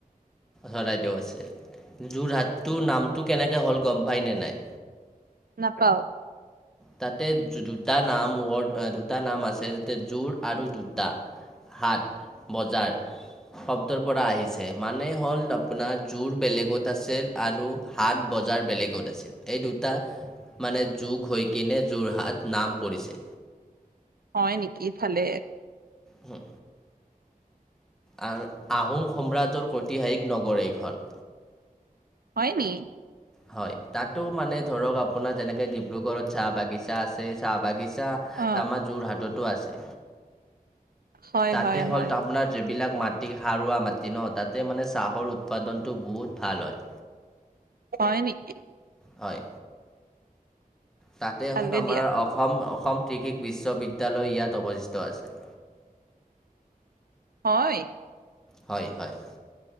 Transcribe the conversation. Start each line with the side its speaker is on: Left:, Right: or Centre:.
Centre: চৰাইদেউ আছে, যোৰহাট টোৰ নামটো কেনেকৈ হ'ল গম পাই নে নাই?
Right: নাপাও।
Centre: তাতে দুটা নাম ৱৰ্ড দুটা নাম আছে তাতে জোৰ আৰু দুটা। সাত বজাৰ, শব্দৰ পৰা আহিছে মানে হ'ল আপোনাৰ জোৰ বেলেগত আছিল। আৰু হাত বজাৰ বেলেগত আছিল, এই দুটা মানে যোগ হৈ কিনে যোৰহাট নাম পৰিছে।
Right: হয় নেকি ইফালে।
Centre: হুম। আৰু আহোম সম্ৰাজ্যৰ ঐতিহাসিক নগৰ এইখন।
Right: হয় নি?
Centre: হয় তাতো মানে ধৰক আপোনাৰ যেনেকে ডিব্ৰুগড়ত চাহ বাগিছা আছে চাহ বাগি চাহ,
Right: অ
Centre: আমাৰ যোৰহাটতো আছে।
Right: হয়
Centre: তাতে
Right: হয়
Centre: হ'ল
Right: হয়
Centre: আপোনাৰ যিবিলাক মাটি সাৰুৱা মাটি ন তাতে মানে চাহৰ উৎপাদন টো বহুত ভাল হয়।
Right: হয় নেকি?
Centre: হয়। তাতে এখন
Right: ভালে
Centre: আমাৰ
Right: দিয়া
Centre: অসম অসম কৃষি বিশ্ববিদ্যালয় ইয়াত অৱস্থিত আছে।
Right: হয়
Centre: হয় হয়